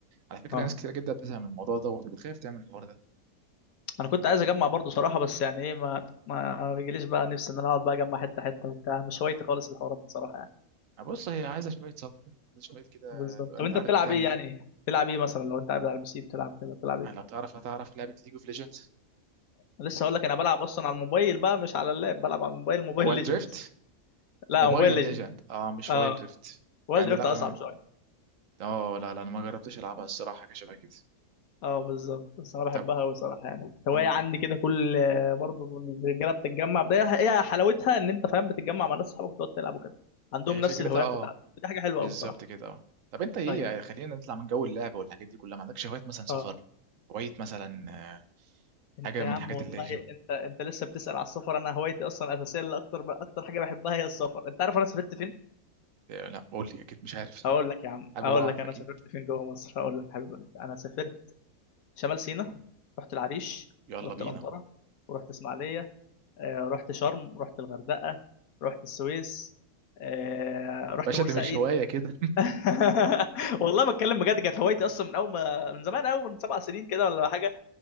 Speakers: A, on the right (about 70°); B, on the left (about 75°).
A: على فكرة
B: اه
A: ناس كتير جدا بتزهق من الموضوع ده وبتخاف تعمل الحوار ده
B: انا كنت عايز اجمع برضو صراحة بس يعني ايه ما ما بيجيليش بقى نفسي ان انا اقعد بقى اجمع حتة حتة وبتاع مش هوايتي خالص الحوارات دي صراحة يعني
A: بص هي عايزة شوية صبر عايزة شوية كده
B: بالظبط
A: تبقى
B: طب
A: انت
B: انت
A: عارف
B: بتلعب
A: بتعمل
B: ايه يعني
A: ايه
B: بتلعب ايه مثلا لو انت قاعد على البي سي بتلعب كده بتلعب ايه
A: يعني لو تعرف هتعرف لعبة ليج اوف ليجندز
B: لسه هقول لك انا بلعب اصلا على الموبايل بقى مش على اللاب بلعب على الموبايل موبايل
A: وايلد
B: ليجندز
A: دريفت
B: لا
A: موبايل
B: موبايل ليجندز
A: ليجند اه مش
B: اه
A: وايلد دريفت
B: وورلد
A: يعني
B: دريفت
A: لا
B: اصعب
A: انا
B: شوية
A: اه لا لا انا ما جربتش العبها الصراحة حاجة شبه كده
B: اه بالظبط بس انا بحبها
A: طب
B: قوي صراحه يعني هوايه
A: اه
B: عندي كده كل برضه الرجاله بتتجمع ده هي حلاوتها ان انت فاهم بتتجمع مع ناس صحابك وتقعد تلعب وكده عندهم
A: هي
B: نفس
A: فكرتها
B: الهوايات
A: اه
B: بتاعتك دي حاجه حلوه
A: بالظبط
B: قوي صراحه
A: كده اه طب انت ايه
B: ايوه
A: يعني خلينا نطلع من جو اللعب والحاجات دي كلها ما عندكش هوايات مثلا سفر
B: اه
A: هواية مثلا آه،
B: انت
A: حاجة
B: يا
A: من
B: عم
A: الحاجات
B: والله
A: اللي هي
B: انت انت لسه بتسال على السفر انا هوايتي اصلا اساسيه اللي اكتر اكتر حاجه بحبها هي السفر انت عارف انا سافرت فين
A: آه، لا قول لي اكيد مش عارف
B: هقول لك يا عم
A: حابب
B: هقول
A: اعرف
B: لك انا
A: اكيد
B: سافرت فين جوه مصر هقول لك حبيب قلبي انا سافرت شمال سيناء رحت العريش
A: يلا
B: ورحت
A: بينا
B: الانطره ورحت اسماعيليه آه، رحت شرم رحت الغردقة رحت السويس آه، رحت
A: باشا
B: بورسعيد
A: ده مش هواية كده
B: <laughs> والله بتكلم بجد كانت هوايتي اصلا من اول ما من زمان قوي من سبع سنين كده ولا حاجه